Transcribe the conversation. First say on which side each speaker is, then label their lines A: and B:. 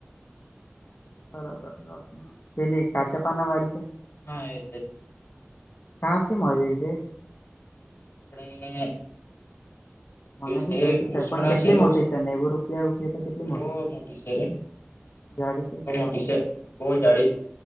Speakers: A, on the left; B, on the left.
A: બરોબર પેલી કાચા પાના વાળી કે
B: હા એ
A: કાંથી મ અજલીથી
B: આપડ કો
A: મને
B: છે
A: બી જોઈતી
B: કૃષ્ણા
A: સર પણ કેટલી
B: છે ર
A: મોટી નેવું રૂપિયા ઉઠી તો કેટલી
B: બહ મોટી છે રે.
A: જાડી કે
B: બહુ મોટી છે બહુ જાડી.